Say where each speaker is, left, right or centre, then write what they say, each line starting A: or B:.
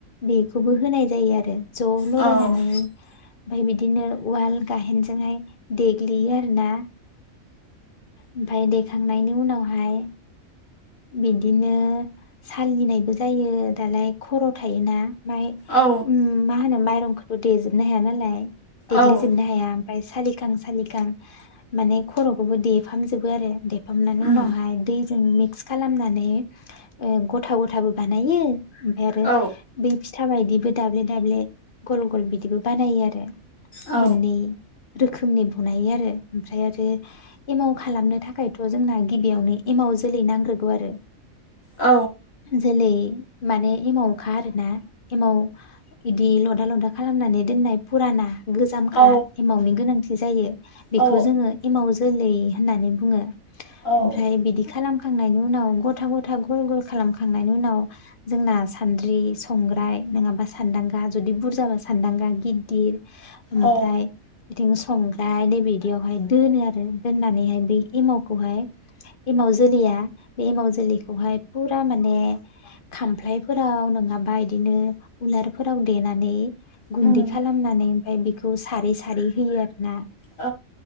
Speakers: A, on the left (about 50°); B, on the left (about 70°).
A: बेखौबो होनाय जायो आरो ज लगायनानै।
B: औ
A: ओमफाय बिदिनो उवाल गाहेनजोंहाय देग्लियो आरोना। ओमफाय दैखांनायनि उनावहाय बिदिनो सालिनायबो जायो दालाय खर थायोना। ओमफाय
B: औ
A: उम मा होनो माइरंखौथ' देजोबनो हाया नालाय। देग्लि
B: औ
A: जोबनो हाया। ओमफ्राय सालिखां सालिखां माने खरखौबो देफामजोबो आरो देफामनानै
B: उम
A: उनावहाय दैजों मि मिक्स खालामनानै ओ गथा गथाबो बानायो ओमफाय आरो
B: औ
A: बे फि फिया बायदिबो दाब्ले -दाब्ले गल गल बिदिबो बानायो आरो
B: औ
A: मोननै। रोखोमनि बनायो आरो ओमफ्राय आरो एमाव खालामनो थाखायथ जोंना गिबियावनो एमाव जोलै नांगौ ग्रोगो आरो।
B: औ
A: जोलै माने एमावखा आरोना एमाव बिदि लदा लदा खालामनानै दोननाय फुराना गोजामखा
B: औ
A: एमावनि गोनांथि जायो बेखौ
B: औ
A: जोङो एमाव जोलै होननानै बुङो।
B: औ
A: ओमफ्राय बिदि खालाम खांनायनि उनाव गथा गथा गल गल खालामखांनायनि उनाव जोंना सान्द्रि संग्राय नङाबा सान्दांगा जुदि बुरजाबा सान्दांगा गिददिर ओमफ्राय
B: औ
A: बिदिनो संग्राय नैबे बिदियावहाय दोनो‌ आरो दोननानैहाय बै एमावखौहाय जोलैया बे माव जुलिखौहाय फुरा माने खामफ्लायफोराव नङाबा बिदिनो उलारफोराव देनानै गुन्दै
B: उम
A: खालामनानै ओमफ्राय बेखौ सारै सारै होयो आरो ना
B: औ